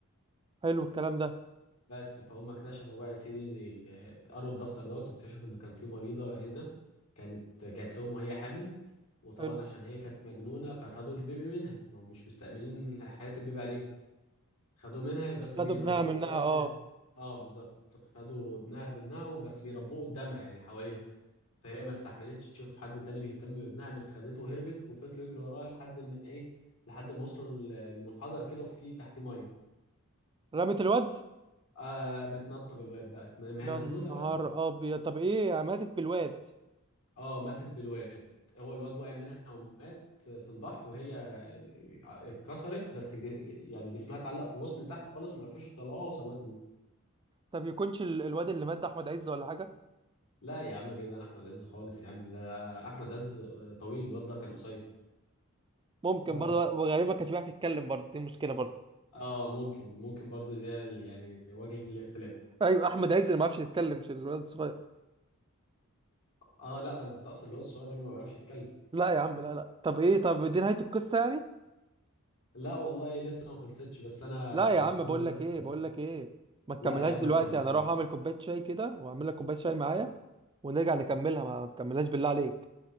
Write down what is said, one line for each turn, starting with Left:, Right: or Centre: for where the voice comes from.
Right: حلو الكلام ده
Left: بس فهم اكتشفوا بقى يا سيدي آه، قروا الدفتر دوت واكتشفوا ان كان في مريضة هنا كانت جات لهم وهي حامل وطبعا
Right: حلو
Left: عشان هي كانت مجنونة فخدوا البيبي منها ما هم مش مستأمنين حياة البيبي عليها خدوه منها بس
Right: لا
Left: بيربوه
Right: دبناها منها
Left: قريب
Right: اه
Left: منها اه بالظبط خدوا ابنها منها وبس بيربوه قدامها يعني حواليها فهي ما استحملتش تشوف حد تاني بيهتم بابنها قامت خدته وهربت وفضلوا يجروا وراها لحد ما ايه لحد ما وصلوا ل- لمنحدر كده وفي تحتيه ميه
Right: رمت الواد
Left: آه متنطه بالواد بقى ما ما هي
Right: يا
Left: مجنونه
Right: نهار
Left: بقى
Right: ابيض طب ايه ماتت بالواد
Left: اه ماتت بالواد هو الواد وقع منها ومات في البحر وهي اتكسرت بس ج... ج- يعني جسمها اتعلق في غصن تحت خالص ما عرفوش يطلعوها وسابوها تموت
Right: طب يكونش ال- الواد اللي مات ده احمد عز ولا حاجه
Left: لا يا عم بعيد عن احمد عز خالص يا عم ده ده احمد عز آه، طويل الواد ده كان قصير
Right: ممكن
Left: ف
Right: برضه وغالبا ما كانش بيعرف يتكلم برضه دي مشكله برضه
Left: اه ممكن ممكن برضو ده ال- يعني وجه الاختلاف
Right: ايوه احمد عز اللي ما بيعرفش يتكلم مش الواد الصغير
Left: اه لا ده انا كنت اقصد اللي هو الصغير اللي ما بيعرفش يتكلم
Right: لا يا عم لا لا طب ايه طب دي نهايه القصه يعني
Left: لا والله لسه ما خلصتش بس انا
Right: لا يا
Left: مضطر
Right: عم بقول
Left: بس
Right: لك ايه
Left: أسيب.
Right: بقول لك ايه ما تكملهاش
Left: لا يا عم
Right: دلوقتي
Left: عشان يبقى
Right: انا اروح اعمل كوبايه شاي كده واعمل لك كوبايه شاي معايا ونرجع نكملها ما ما تكملهاش بالله عليك